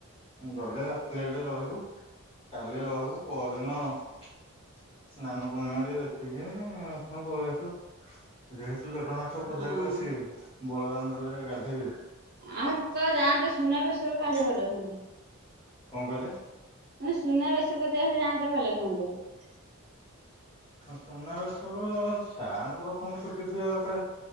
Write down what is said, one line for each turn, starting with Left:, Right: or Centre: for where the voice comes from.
Left: ଗଲେ ରାତିରେ ଏଟେ ରହିବୁ। କାଲି ରହିବୁ ପରର ଦିନ ସ୍ନାନ ପୂର୍ଣ୍ଣିମା ଟିକେ ଦେଖିକି ଆଣ ପଳେଇ ଆସିବୁ ଯେତୁ ଜଗନ୍ନାଥ
Right: ହଁ
Left: ପଦାକୁ ଆସିବେ ବଳଦାଣ୍ଡ ରେ ଗାନ୍ଧେଇବେ
Right: ଆଉ ତ ଯାଆନ୍ତେ ସୁୁନାବେଶ ସବୁ ବାହାର ଭଲ ହୁଅନ୍ତା
Left: କଣ କହିଲେ
Right: ମାନେ ସୁନାବେସ କରି ଦେହରେ ଯାଆନ୍ତେ ଭଲ ହୁଅନ୍ତତା
Left: ସୁନାବେେଶବୁ ସାର୍ଙ୍କର ପୁଣି ଛୁଟି ଥିବା ଦରକାର।